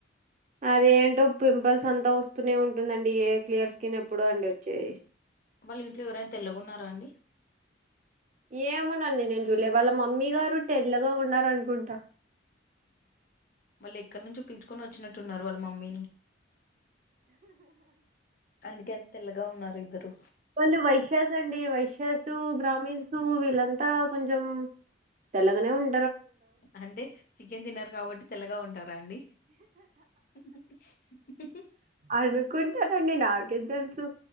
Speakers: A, on the right; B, on the left.
A: అది ఏంటో పింపుల్స్ అంతా వస్తూనే ఉంటుందండి. ఏ క్లియర్ స్కిన్ ఎప్పుడో అండి వచ్చేది.
B: వాళ్ళఇంట్లో ఎవరైనా తెల్లగున్నర అండి.
A: ఏమోనండి. నేను చూలే వాళ్ళ మమ్మీ గారు తెల్లగా ఉన్నార్ అనుకుంటా.
B: వాళ్ళు ఎక్కడి నుంచో పిలుచుకొని వచ్చినట్టున్నారు. వాళ్ళ మమ్మీని అందుకే అంత తెల్లగా ఉన్నారు. ఇద్దరు
A: వాళ్లు వైశ్యస్, అండి వైశ్యసు, బ్రాహ్మీన్సు, వీళ్ళంతా కొంచెం తెలగనే ఉన్
B: అంటే చికెన్ తినర్ కాబట్టి తెల్లగా ఉంటారా అండి. హు హు హు
A: అనుకుంటారండి నాకేం తెలుసు